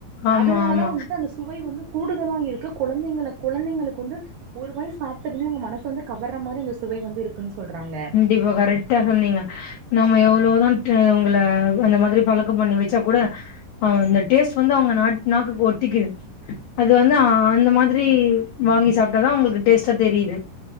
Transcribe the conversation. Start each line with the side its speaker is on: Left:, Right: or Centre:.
Left: ஆமா
Right: அதுனால
Left: ஆமா
Right: தா வந்துட்டு அந்த சுவை வந்து கூடுதலா இருக்கு கொழந்தைங்கள கொழந்தைங்களக் கு வந்து ஒரு வாய் சாப்புடதும்மே அவுங்க மனசு வந்து கவர்ற மாரி அந்த சுவை வந்து இருக்குன்னு சொல்றாங்க
Left: இப்ப கரெக்டா சொன்னீங்க நம்ப எவ்ளேதா அவுங்கள அந்த மாதிரி பழக்கோ பண்ணி வச்சா கூட ஆ இந்த டேஸ்ட் வந்து அவங்க நாட் நாக்கு ஒட்டிக்கிது அது வந்து ஆ அந்த மாதிரி வாங்கி சாப்டாதா அவங்களுக்கு டேஸ்ட்டா தெரியுது